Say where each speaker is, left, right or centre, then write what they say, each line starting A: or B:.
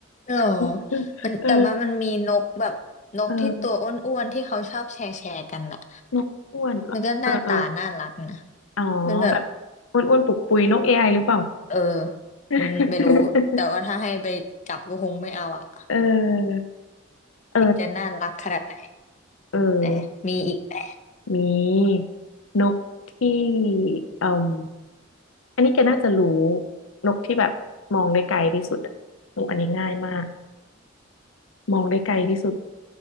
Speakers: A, on the left (about 35°); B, on the left (about 80°).
A: หรอ
B: <laughs>
A: มันแต่ว่ามันมีนกแบบนกที่ตัวอ้วนๆที่เขาชอบแชร์แชร์กันอะ
B: เออเออ นกอ้วนเหรอเออเออ
A: มันก็หน้าตาน่ารักนะ
B: อ๋อแบบ
A: มันแบบ
B: อ้วนอ้วนปุกปุยนกเอไอหรือเปล่า
A: เออ
B: <laughs>
A: อืมไม่รู้แต่ว่าถ้าให้ไปจับก็คงไม่เอาอ่ะ
B: เออเออ
A: มันจะน่ารักขนาดไหน
B: เออ
A: แหนมีอีกไหม
B: มีนกที่อืมอันนี้แกน่าจะรู้นกที่แบบมองได้ไกลที่สุดอะโอ้อันนี้ง่ายมากมองได้ไกลที่สุด